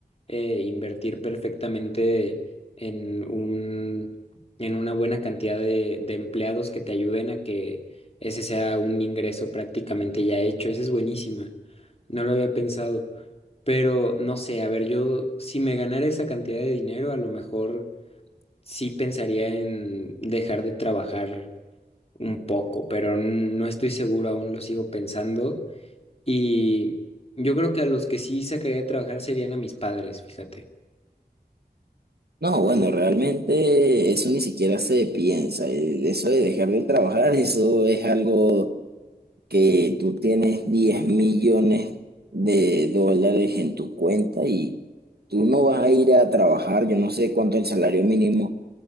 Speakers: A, on the left (about 40°); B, on the right (about 80°).
A: eh, invertir perfectamente en un, en una buena cantidad de, de empleados que te ayuden a que ese sea un ingreso prácticamente ya hecho. Esa es buenísima. No lo había pensado. Pero no sé, a ver, yo si me ganara esa cantidad de dinero, a lo mejor sí pensaría en dejar de trabajar un poco, pero n- no estoy seguro, aún lo sigo pensando. Y yo creo que a los que sí sacaría de trabajar serían a mis padres, fíjate.
B: No, bueno, realmente eso ni siquiera se piensa. eh, Eso de dejar de trabajar, eso es algo que tú tienes diez millones de dólares en tu cuenta y tú no vas a ir a trabajar, yo no sé cuánto es el salario mínimo